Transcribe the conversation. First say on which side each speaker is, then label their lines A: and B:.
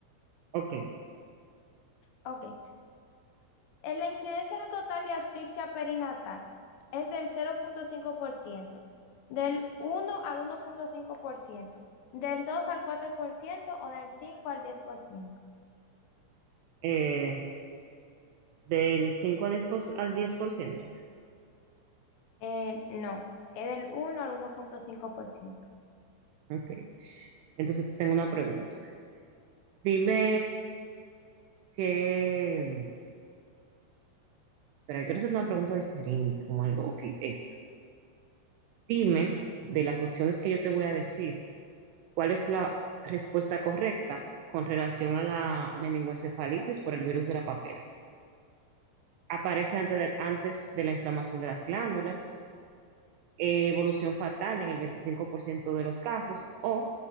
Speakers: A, on the right; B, on the left.
A: Ok.
B: Ok. En la incidencia total de asfixia perinatal es del cero punto cinco por ciento, del uno al uno punto cinco por ciento, del 2 al 4% o del 5 al 10%?
A: eh, del 5 a 10 por- al 10%.
B: Eh, no, es del uno al uno punto cinco por ciento
A: Ok. Entonces tengo una pregunta. Dime que... Espera, quiero hacer una pregunta diferente, como algo... Ok, esta. Dime de las opciones que yo te voy a decir. ¿Cuál es la respuesta correcta con relación a la meningoencefalitis por el virus de la papera? Aparece antes de, antes de la inflamación de las glándulas, eh, evolución fatal en el 25% de los casos o